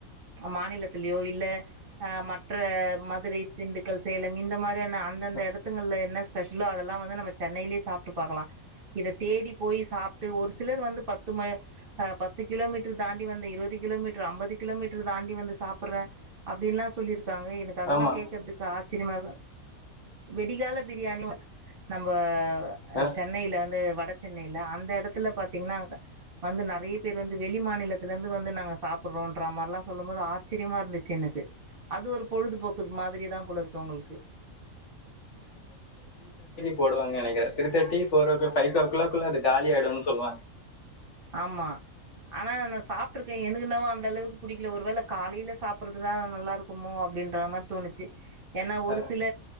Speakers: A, on the right; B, on the left.
A: மாநிலத்திலயோ இல்ல மற்ற மதுரை திண்டுக்கல் சேலம் இந்த மாரியான அந்தந்த
B: ம்
A: எடத்துங்கள்ள என்ன ஸ்பெஷலோ அதெல்லா வந்து நம்ம சென்னைலயே சாப்ட்டு பாக்கலா இத தேடி போய் சாப்ட்டு ஒரு சிலர் வந்து பத்து பத்து கிலோமீட்டர் தாண்டி வந்து இருபது கிலோமீட்டர் ஐம்பது கிலோமீட்டர் தாண்டி வந்து சாப்பிடுறே அப்படின்ல்லா சொல்லிரு இருக்காங்க எனக்கு அதெல்லா
B: ஆமா
A: கேடக்குறதுக்கு ஆ சினிமாதா விடிகால பிரியாணி நம்ப
B: அ
A: சென்னையில வந்து வ சென்னையில அந்த இடத்துல பாத்தீங்கன்னா வந்து நிறைய பேர் வந்து வெளி மாநிலத்தில இருந்து வந்து நாங்க சாப்பிடுறோம்ன்ற மாரிலா சொல்லும் போது ஆச்சரியமா இருந்துச்சு எனக்கு அது ஒரு பொழுதுபோக்கு மாதிரிதான் போல இருக்கு அவுங்களுக்கு
B: போடுவாங்க நினைக்கிறே three thirty four o'clock by ஓ கிளாக்குள்ள அது காலி ஆயிடும்னு சொல்லுவாங்க
A: ஆமா ஆனா நான் சாப்ட்டு இருக்கேன் எனக்கென்னவோ அந்த அளவுக்கு பிடிக்கல ஒருவேள காலைல சாப்டுறதுதான் நல்லா இருக்குமோ அப்டின்ற மாரி தோணுச்சு ஏன்னா ஒரு
B: அ
A: சில